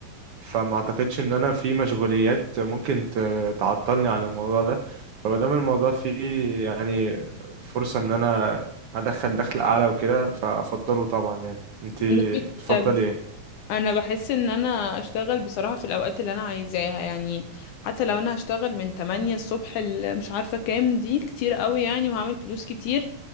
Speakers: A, on the right; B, on the left.
A: فما اعتقدش ان انا في مشغوليات ممكن ت- تعطلني عن الموضوع ده فمادام الموضوع فيه يعني فرصه ان انا ادخل دخل اعلى وكده فافضله طبعا يعني انت
B: ونسبة
A: تفضلي ايه
B: انا بحس ان انا اشتغل بصراحة في الاوقات اللي انا عايزاها يعني حتى لو انا هشتغل من 8 الصبح ل مش عارفة كام دي كتير قوي يعني وهعمل فلوس كتير